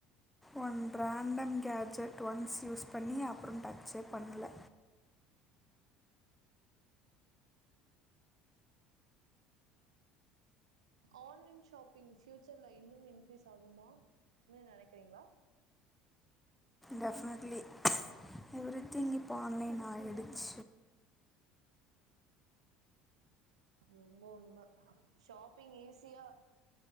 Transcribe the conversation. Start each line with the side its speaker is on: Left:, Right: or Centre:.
Centre: one random gadget once use பண்ணி அப்புறம் டச்சே பண்ணல
Right: ஆன்லைன் ஷாப்பிங் ஃப்யூச்சர்ல இன்னும் இன்க்ரீஸ் ஆகுமா னு நினைக்கிறீங்களா
Centre: டெஃபினெட்லி எவ்ரி திங் இப்போ ஆன்லைன் ஆகிடுச்ச
Right: ரொம்ப உண்ம ஷாப்பிங் ஈஸியா